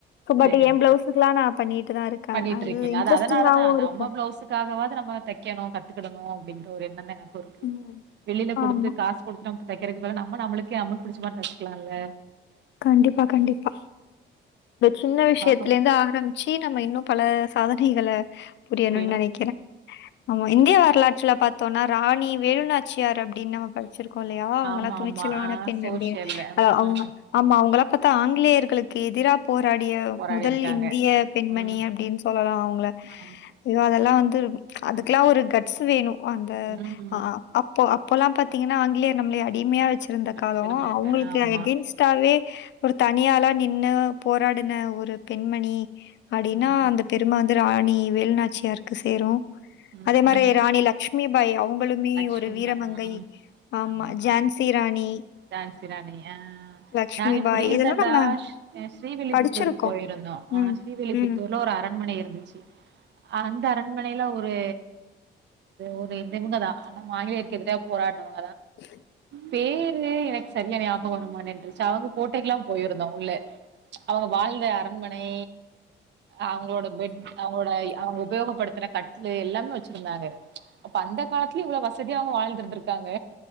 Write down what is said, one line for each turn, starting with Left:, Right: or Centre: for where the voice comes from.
Left: பட்
Right: சேரி
Left: ஏன் பிளவுசுகள
Right: சேரி
Left: நா பண்ணிட்டுதா இருக்க
Right: பண்ணிட்டு
Left: அது
Right: இருக்கீங்க
Left: இன்ட்ரெஸ்ட்ங்காவோ
Right: அதனாலதா
Left: இருக்
Right: நம்ம ப்ளௌஸ்சுக்காகவாது நம்ம தைக்கணு க த்துக்கடணு அப்டிங்கிற ஒரு எண்ணம் தா நம
Left: ம்.
Right: வெளில குடுத்து
Left: ஆமா.
Right: காஸ் குடுத்தும் தைக்கிறதுக்கு பதிலா நம்ம நம்மளுக்கே நம்ளுக்கு புடிச்ச மாரி தைச்சிக்கலாம்ல்ல
Left: கண்டிப்பா கண்டிப்பா சின்ன விஷயத்தில
Right: பாப்போ
Left: இருந்து ஆரம்ச்சி நம்ம இன்னும் பல சாத <unintelligible> புரியணும்னு
Right: புரியு
Left: நினைக்கிறேன் ஆமா இந்தியா வரலாற்றில பாத் தோன ராணி வேலுணாச்சியார் அப் அப்டின்னு நம்ம படிச்சிருகோல்லையா உங்கள
Right: ஆமா
Left: துணிச்சலான
Right: ஆமா ஆ
Left: பெண்
Right: சோசியல்ல
Left: அப்படின்னு
Right: ம்
Left: ஹ அவங்க ஆமா அவங்கள பாத்தா ஆங்கிலேயர்களுக்கு எதிரா போராடிய
Right: போராடி
Left: முதல்
Right: இருக்காங்க
Left: இந்திய பெண்மணி
Right: ம்
Left: அப்டின்னு சொல்லலாம் அவங்கள
Right: ஆமா
Left: ஐயோ அதெல்லாம் வந்து அதுக்கெல்லா ஒரு கட்ஸ் வேணு வந்து
Right: ம்
Left: அ அப்போ அப் இப்பல்லா பாத்தீங்கன்னா அங்கிலேயார் நம்மளை அடிமையா சிறந்த காலம்
Right: சொன்னாங்க
Left: அவங்களுக்கு
Right: ஆமா
Left: எகென்ஸ்ட் ஒரு தனியாலா நின்னு போராடின ஒரு பெண்மணி அப்படின்னா
Right: ம்
Left: அந்த பெரும ராணி வேலுநாச்சியாருக்கு சேரும்
Right: ம்
Left: அதே மாரி
Right: ம்
Left: ராணி லக்ஷ்மி பாய் அவங்களுமே
Right: லக்ஷ்மி
Left: ஒரு வீரமங்கை
Right: ஆ
Left: ஆஹமா
Right: ஆமா
Left: ஜான்சி ராணி
Right: ஜான்சி ராணி ஆ
Left: லக்ஷ்மிபாய்
Right: நாங்க இப்ப ரீசண்டடா
Left: இதெல்லாம் நம்ம
Right: ஸ்ரீவில்லிபுத்தூருக்கு
Left: படிச்சிருக்கோம்.
Right: போயிருந்தோம்
Left: ம்.
Right: ஸ்ரீவில்லிபுத்தூர்ல
Left: ம்.
Right: ஒரு அரண்மனை இரு முச்சு அந்த அரண்மனை <unintelligible> ஒரு ஒரு <unintelligible> ஆனா ஆனா மாநிலத்துக்கு தா போராடுநாங்க
Left: <inaudible>
Right: பேரு எனக்கு சரியா ஞாபக வருமான்ருச்சி அவங்க கோட்டைக்குல்லாம் போயிருந்தோம் உள்ள அவங்க வாழ்ந்த அரண்மனை அவங்களோட பெட் அவங்களோட அவங்க உபயோகப்படுத்தின க <unintelligible> எல்லாமே வச்சிருந்தாங்க அப்ப அந்த காலத்துலயும் இவளோ வசதிய அவங்க வாழ்ந்து இருந்திருக் இருக்காங்க